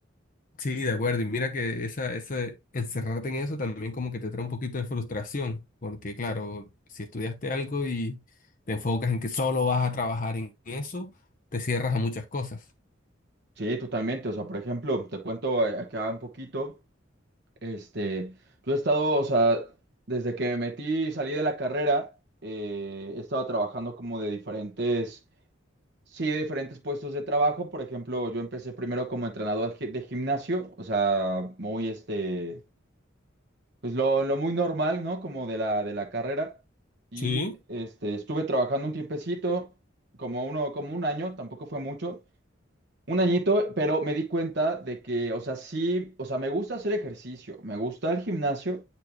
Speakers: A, on the left; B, on the right.
A: Sí, de acuerdo. Y mira que esa, ese encerrarte en eso también como que te trae un poquito de frustración, porque claro, si estudiaste algo y te enfocas en que solo vas a trabajar en eso, te cierras a muchas cosas.
B: Sí, totalmente. O sea, por ejemplo, te cuento eh, acá un poquito. Este, yo he estado, o sea, desde que me metí y salí de la carrera, eh, he estado trabajando como de diferentes, sí, de diferentes puestos de trabajo. Por ejemplo, yo empecé primero como entrenador gi- de gimnasio, o sea, muy, este, pues lo, lo muy normal, ¿no? Como de la, de la carrera. Y,
A: Sí.
B: este, estuve trabajando un tiempecito, como uno, como un año, tampoco fue mucho. Un añito, pero me di cuenta de que, o sea, sí, o sea, me gusta hacer ejercicio, me gusta el gimnasio,